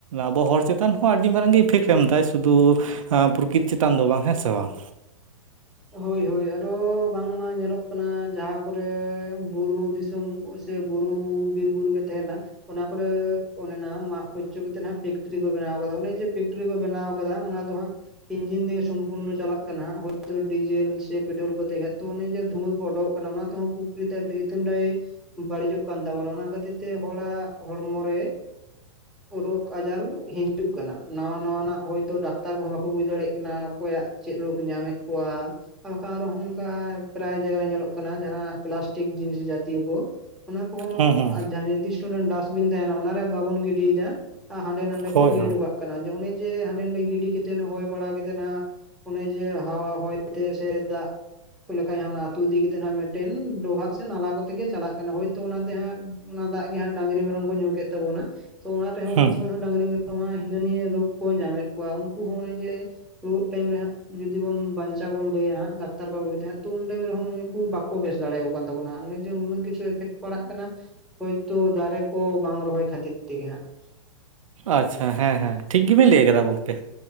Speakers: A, on the right; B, in the centre.
A: ᱟᱵᱚ ᱦᱚᱲ ᱪᱮᱛᱟᱱ ᱦᱚᱸ ᱟᱹᱰᱤ ᱢᱟᱨᱟᱝ ᱜᱮ ᱤᱯᱷᱮᱠᱴ ᱮᱢᱫᱟᱭ ᱥᱩᱫᱩ ᱯᱨᱚᱠᱤᱛ ᱪᱮᱛᱟᱱ ᱫᱚ ᱵᱟᱝ ᱦᱮᱸ ᱥᱮ ᱵᱟᱝ?
B: ᱦᱳᱭ ᱦᱳᱭ ᱟᱨᱚ ᱵᱟᱝᱢᱟ ᱧᱮᱞᱚᱜ ᱠᱟᱱᱟ ᱡᱟᱦᱟᱸ ᱠᱚᱨᱮ ᱵᱩᱨᱩ ᱫᱤᱥᱚᱢ ᱥᱮ ᱵᱩᱨᱩ ᱵᱤᱨ ᱵᱩᱨᱩ ᱜᱮ ᱛᱟᱦᱮᱸ ᱞᱮᱱᱟ ᱚᱱᱟ ᱠᱚᱨᱮ ᱚᱱᱮ ᱚᱱᱟ ᱢᱟᱜ ᱯᱷᱚᱪᱚ ᱠᱟᱛᱮᱜ ᱦᱟᱸᱜ ᱯᱷᱮᱠᱴᱨᱤ ᱠᱚ ᱵᱮᱱᱟᱣᱫᱟ ᱚᱱᱮ ᱡᱮ ᱯᱷᱮᱠᱴᱨᱤ ᱠᱚ ᱵᱮᱱᱟᱣ ᱟᱠᱟᱫᱟ ᱚᱱᱟ ᱫᱚ ᱦᱟᱸᱜ ᱤᱱᱡᱤᱱ ᱛᱮᱜᱮ ᱥᱚᱢᱯᱩᱨᱱᱚ ᱪᱟᱞᱟᱜ ᱠᱟᱱᱟ ᱦᱟᱸᱜ᱾ ᱰᱤᱡᱮᱞ ᱥᱮ ᱯᱮᱴᱨᱳᱞ ᱠᱚ ᱛᱟᱦᱮᱸ ᱠᱷᱟᱱᱡ ᱛᱚ ᱚᱱᱮ ᱡᱮ ᱫᱷᱩᱣᱟᱹ ᱠᱚ ᱚᱰᱠᱚᱜ ᱠᱟᱱᱟ ᱚᱱᱟ ᱛᱮᱦᱚᱸ ᱯᱚᱠᱨᱤᱛᱮ <unintelligible> ᱷᱮᱱᱰᱟᱭ ᱵᱟᱹᱲᱤᱡᱚᱜ ᱠᱟᱱ ᱛᱟᱵᱚᱱᱟ ᱚᱱᱟ ᱠᱷᱟᱹᱛᱤᱨ ᱛᱮ ᱦᱚᱲᱟᱜ ᱦᱚᱲᱢᱚ ᱨᱮ᱾ ᱨᱳᱜᱽ ᱟᱡᱟᱨ ᱦᱤᱡᱩᱜ ᱠᱟᱱᱟ ᱱᱟᱶᱟ ᱱᱟᱣᱟᱱᱟᱜ ᱦᱚᱭᱛᱳ ᱰᱟᱠᱛᱟᱨ ᱠᱚᱦᱚᱸ ᱵᱟᱠᱚ ᱵᱩᱡ ᱫᱟᱲᱮᱭᱟᱜ ᱠᱟᱱᱟ ᱚᱠᱚᱭᱟᱜ ᱪᱮᱫ ᱨᱳᱜ ᱧᱟᱢᱮᱫ ᱠᱚᱣᱟ ᱵᱟᱠᱷᱟᱱ ᱟᱨ ᱦᱚᱝᱠᱟᱭ᱾ ᱯᱨᱟᱭ ᱡᱟᱭᱜᱟ ᱨᱮ ᱧᱮᱞᱚᱜ ᱠᱟᱱᱟ ᱡᱟᱦᱟᱸ ᱯᱞᱟᱥᱴᱤᱠ ᱡᱤᱱᱤᱥ ᱡᱟᱛᱤᱭᱚ ᱠᱚ ᱚᱱᱟ ᱠᱚᱦᱚᱸ
A: ᱦᱩᱸ ᱦᱩᱸ
B: ᱟᱨ ᱡᱟᱦᱟᱸ ᱱᱤᱨᱫᱤᱥ ᱰᱟᱥᱵᱤᱱ ᱛᱟᱦᱮᱱᱟ ᱚᱱᱟᱨᱮ ᱵᱟᱵᱚᱱ ᱜᱤᱰᱤᱭᱮᱫᱟ ᱟᱨ ᱦᱟᱸᱰᱮ ᱱᱟᱰᱮ
A: ᱦᱳᱭ
B: ᱠᱚ ᱜᱤᱰᱤ
A: ᱦᱳᱭ
B: ᱚᱰᱩᱟᱜ᱾ ᱮ ᱚᱱᱮ ᱡᱮ ᱦᱟᱸᱰᱮ ᱱᱟᱰᱮ ᱜᱤᱰᱤ ᱠᱟᱛᱮ ᱦᱚᱭ ᱵᱟᱲᱟ ᱠᱟᱛᱮᱜ ᱱᱟᱜ ᱚᱱᱮ ᱡᱮ ᱦᱟᱣᱟ ᱦᱚᱭ ᱛᱮ ᱥᱮ ᱫᱟᱜ ᱞᱮᱠᱷᱟᱡ ᱦ ᱚᱱᱟ ᱟᱹᱛᱩ ᱤᱫᱤ ᱠᱟᱛᱮᱜ ᱱᱟᱸᱜ ᱢᱤᱫᱴᱟᱝ ᱰᱚᱵᱷᱟᱜ ᱥᱮ ᱱᱟᱞᱟ ᱠᱚᱛᱮᱜ ᱜᱮ ᱪᱟᱞᱟᱜ ᱠᱟᱱᱟ ᱦᱳᱭᱛᱳ ᱚᱱᱟᱛᱮ ᱦᱟᱸᱜ᱾ ᱚᱱᱟ ᱫᱟᱜ ᱜᱮ ᱦᱟᱸᱜ ᱰᱟᱝᱨᱤ ᱢᱮᱨᱚᱢ ᱠᱚ ᱧᱩ ᱠᱮᱫ ᱛᱟᱵᱚᱱᱟ ᱛᱚ ᱚᱱᱟ ᱨᱮᱦᱚᱸ
A: ᱦᱩᱸ
B: ᱩᱱ ᱥᱚᱢᱚᱭ᱾ ᱰᱟᱝᱨᱤ ᱢᱮᱨᱚᱢ ᱦᱤᱱᱟᱹ ᱱᱤᱭᱟᱹ ᱨᱳᱜᱽ ᱠᱚ ᱧᱟᱢᱮᱫ ᱠᱚᱣᱟ ᱩᱱᱠᱩ ᱦᱚᱸ ᱚᱱᱮ ᱡᱮ ᱨᱩᱣᱟᱹᱜ ᱴᱟᱭᱤᱢ ᱨᱮ ᱦᱟᱸᱜ᱾ ᱡᱩᱫᱤ ᱵᱚᱱ ᱵᱟᱧᱪᱟᱣ ᱵᱚᱱ ᱞᱟᱭᱟ ᱦᱟᱸᱜ ᱰᱟᱠᱛᱟᱨ ᱠᱚᱵᱩᱤᱟᱸᱜ ᱛᱚ ᱩᱱ ᱴᱟ ᱛᱟᱭᱚᱢ ᱨᱮᱦ ᱦᱚᱸ ᱩᱱᱠᱩ ᱵᱟᱠᱚ ᱵᱮᱥ ᱫᱟᱲᱮᱠᱚ ᱛᱵᱱᱟ ᱦᱟᱸᱜ ᱡᱮ ᱩᱱᱟᱹᱜ ᱠᱤᱪᱷᱩ᱾ ᱤᱯᱷᱮᱠᱴ ᱯᱟᱲᱟᱜ ᱠᱟᱱᱟ ᱦᱳᱭᱛᱳ ᱫᱟᱨᱮ ᱠᱚ ᱵᱟᱝ ᱨᱚᱦᱚᱭ ᱠᱷᱟᱹᱛᱤᱨ ᱛᱮᱜᱮ ᱦᱟᱸᱜ ᱾
A: ᱟᱪᱪᱷᱟ ᱦᱮᱸ ᱦᱮᱸ ᱴᱷᱤᱠ ᱜᱮᱵᱤᱱ ᱞᱟᱹᱭ ᱟᱠᱟᱫᱟ ᱜᱚᱝᱠᱮ᱾